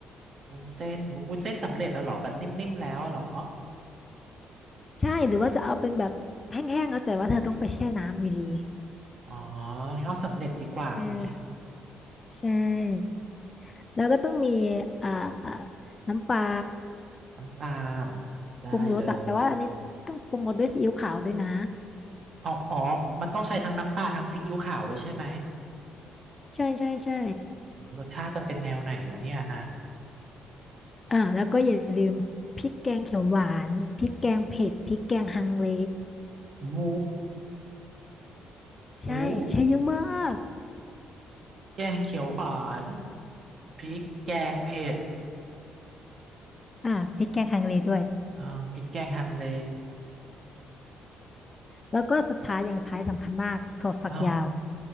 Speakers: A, on the right; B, on the left.
A: วุ้นเส้นวุ้นเส้นสำเร็จแล้วเหรอแบบนิ่มๆแล้วเหรอ
B: ใช่หรือว่าจะเอาเป็นแบบแห้งๆแล้วแต่ว่าเธอต้องไปแช่น้ำอยู่ดี
A: อ๋องั้นเอาสำเร็จดีกว่านี่
B: เออใช่แล้วก็ต้องมีอ่าน้ำปลา
A: น้ำปลาได้เลย
B: ปรุงรสอะแต่ว่าอันนี้ต้องปรุงรสด้วยซีอิ๊วขาวด้วยนะ
A: อ๋ออ๋อมันต้องใช้ทั้งน้ำปลาทั้งซีอิ๊วขาวเลยใช่ไหม
B: ใช่ใช่ใช่
A: โอ้โหรสชาติจะเป็นแนวไหนเนาะเนี่ยอ่ะ
B: อ่าแล้วก็อย่าลืมพริกแกงเขียวหวานพริกแกงเผ็ดพริกแกงฮังเล
A: โอ้โหโอ้โห
B: ใช่ใช้เยอะมาก
A: แกงเขียวหวานพริกแกงเผ็ด
B: อ่าพริกแกงฮังเลด้วย
A: อ่าพริกแกงฮังเล
B: แล้วก็สุดท้ายอย่างสุดท้ายสำคัญมากถั่วฝักยาว
A: อ๋อ